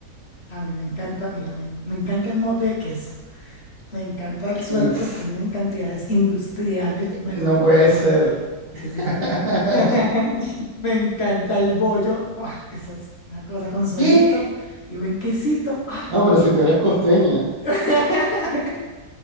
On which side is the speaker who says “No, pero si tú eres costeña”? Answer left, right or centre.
Right